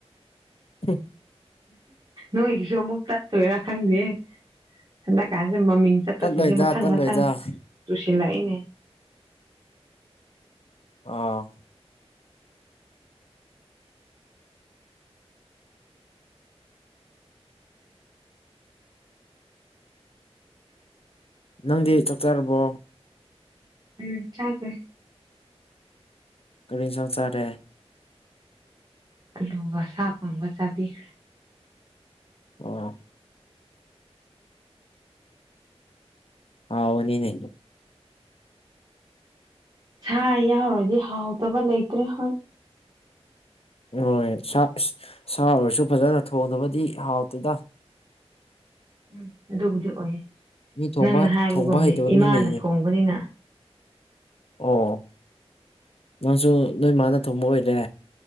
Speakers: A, on the left; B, on the right.
A: ꯍꯝ
B: ꯅꯣꯏꯒꯤꯁꯨ ꯑꯃꯨꯛ ꯇꯠꯇꯣꯏꯔꯥ ꯈꯪꯗꯦ ꯍꯟꯗꯛꯀꯥꯟꯁꯦ ꯃꯃꯤꯡ ꯆꯠꯄꯁꯤꯡꯁꯦ
A: ꯇꯠꯂꯣꯏꯗ
B: ꯃꯊꯪ
A: ꯇꯠꯂꯣꯏꯗ
B: ꯃꯊꯪ ꯇꯨꯁꯤꯜꯂꯛꯏꯅꯦ
A: ꯑꯥ ꯅꯪꯗꯤ ꯆꯥꯛ ꯆꯥꯔꯕꯣ
B: ꯎꯝ ꯆꯥꯒꯔꯦ
A: ꯀꯔꯤ ꯏꯟꯖꯥꯡ ꯆꯥꯔꯦ
B: ꯑꯂꯨꯒ ꯁꯥ ꯐꯪꯕ ꯆꯥꯕꯤꯈ꯭ꯔꯦ
A: ꯑꯣ ꯑꯥꯎ ꯅꯅꯦ
B: ꯁꯥ ꯌꯥꯎꯔꯗꯤ ꯍꯥꯎꯇꯕ ꯂꯩꯇ꯭ꯔꯦ ꯍꯣꯏ
A: ꯍꯣꯏ ꯁꯥ ꯁꯥ ꯑꯣꯏꯔꯁꯨ ꯐꯖꯅ ꯊꯣꯡꯗꯕꯗꯤ ꯍꯥꯎꯇꯦꯗ
B: <inaudible> ꯎꯝ ꯑꯗꯨꯕꯨꯗꯤ ꯑꯣꯏꯌꯦ
A: ꯃꯤ ꯊꯣꯡꯕ
B: ꯅꯪꯅ ꯍꯥꯏꯕꯒꯨꯝꯗꯤ
A: ꯊꯣꯡꯕ ꯍꯩꯇꯕ
B: ꯏꯃꯥꯅ
A: ꯃꯤ ꯂꯩꯅꯦ
B: ꯊꯣꯡꯕꯅꯤꯅ
A: ꯑꯣ ꯅꯪꯁꯨ ꯅꯣꯏ ꯃꯥꯅ ꯊꯣꯡꯕ ꯑꯣꯏꯔꯦ